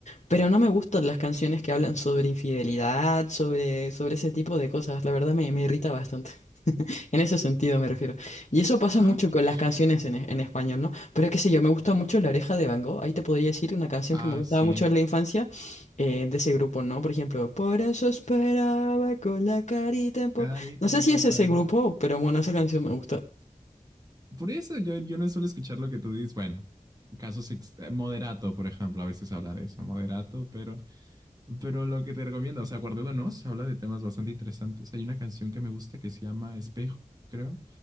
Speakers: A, on the left; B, on the right.
A: pero no me gustan las canciones que hablan sobre infidelidad, sobre, sobre ese tipo de cosas, la verdad me, me irrita bastante. En ese sentido me refiero. Y eso pasa
B: Ah,
A: mucho
B: pues.
A: con las canciones en, en español, ¿no? Pero qué sé yo, me gusta mucho La Oreja de Van Gogh. Ahí te podría decir una canción
B: Ah,
A: que me gustaba
B: sí.
A: mucho en la infancia eh, de ese grupo, ¿no? Por ejemplo, Por eso esperaba con la carita en pop.
B: Carita
A: No sé
B: empapada.
A: si es ese grupo, pero bueno, esa canción me gusta.
B: Por eso yo, yo no suelo escuchar lo que tú dices. Bueno, casos ex- eh, moderato, por ejemplo, a veces habla de eso, moderato, pero... Pero lo que te recomiendo, o sea, Guardiola Nos habla de temas bastante interesantes. Hay una canción que me gusta que se llama Espejo, creo,